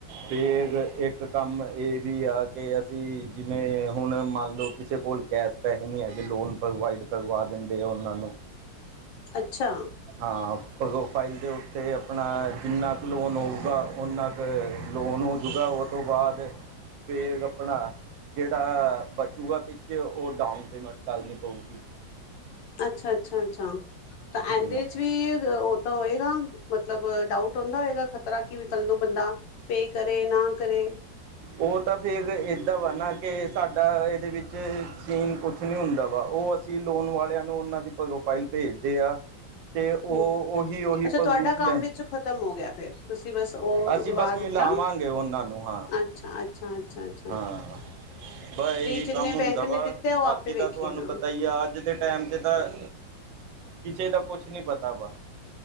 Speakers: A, on the right; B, on the left.
A: ਤੇਜ ਇਕ- ਇੱਕ ਕੰਮ ਇਹ ਵੀ ਆ ਕਿ ਅਸੀਂ ਜਿਵੇਂ ਹੁਣ ਮੰਨ ਲਓ ਕਿਸੇ ਕੋਲ ਕੈਸ਼ ਪੈਸੇ ਨਹੀਂ ਹੈਗੇੇ, ਲੋਨ ਪ੍ਰੋਵਾਈਡ ਕਰਵਾ ਦਿੰਦੇ ਆ ਉਹਨਾਂ ਨੂੰ
B: ਅੱਛਾ
A: ਹਾਂ। ਫਾਈਲ ਦੇ ਉੱਤੇ ਆਪਣਾ ਜਿੰਨਾ ਕੁ ਲੋਨ ਹੋਊਗਾ ਉਨਾ ਕੁ ਲੋਨ ਹੋ ਜੂਗਾ ਉਹ ਤੋਂ ਬਾਅਦ, ਫੇਰ ਆਪਣਾ ਜਿਹੜਾ ਬਚੇਗਾ ਪਿੱਛੇ ਉਹ ਡਾਊਨ ਪੇਮੈਂਟ ਕਰਨੀ ਪਵੇਗੀ
B: ਅੱਛਾ -ਅੱਛਾ -ਅੱਛਾ ਤਾਂ
A: ਹਮ,
B: ਇਹਦੇ ਚ' ਵੀ ਤਾਂ ਹੋਏਗਾ। ਮਤਲਬ ਡਾਊਟ ਹੁੰਦਾ ਹੋਏਗਾ। ਖ਼ਤਰਾ ਕਿ ਵੀ ਕੱਲ ਨੂੰ ਬੰਦਾ ਪੇ ਕਰੇ, ਨਾ ਕਰੇ।
A: ਉਹ ਤਾਂ ਫਿਰ ਇੱਦਾਂ ਵਾ ਨਾ ਕਿ ਸਾਡਾ ਇਹਦੇ ਵਿੱਚ ਸੀਨ ਕੁਛ ਨਹੀਂ ਹੁੰਦਾ ਵਾ। ਉਹ ਅ ਅਸੀਂ ਲੋਨ ਵਾਲਿਆਂ ਨੂੰ ਉਹਨਾਂ ਦੀ ਪ੍ਰੋਫਾਈਲ ਭੇਜਦੇ ਆ। ਅਤੇ ਉਹ,
B: ਹੂੰ
A: ਉਹੀ- ਉਹੀ
B: ਅੱਛਾ
A: ਪਰੂਫ
B: ਤੁਹਾਡਾ ਕੰਮ
A: ਲੈਂ।
B: ਵਿੱਚ ਖ਼ਤਮ ਹੋ ਗਿਆ ਫਿਰ, ਤੁਸੀਂ ਬਸ ਉਹ
A: ਅਸੀਂ
B: ਦਿਵਾ
A: ਬਸ ਮਿਲਾਵਾਂਗੇ
B: ਦਿੱਤਾ
A: ਉਹਨਾਂ ਨੂੰ ਹਾਂ
B: ਅੱ ਅੱਛਾ ਅੱਛਾ- ਅੱਛਾ।
A: ਹਾਂ ਬਹ ਇਹੀ
B: ਜਿੰਨੇ
A: ਕੰਮ
B: ਬੈਂਕ
A: ਹੁੰਦਾ ਵਾ
B: ਨੇ ਦਿੱਤਾ ਉਹ
A: ਬਾਕੀ
B: ਆਪੇ ਵੇਖੇਗਾ।
A: ਦਾ ਤੁਹਾਨੂੰ ਪਤਾ ਹੀ ਆ ਅੱਜ ਦੇ ਟਾਈਮ ਤੇ ਤਾਂ, ਕਿਸੇ ਦਾ ਕੁਛ ਨਹੀਂ ਪਤਾ ਬਾ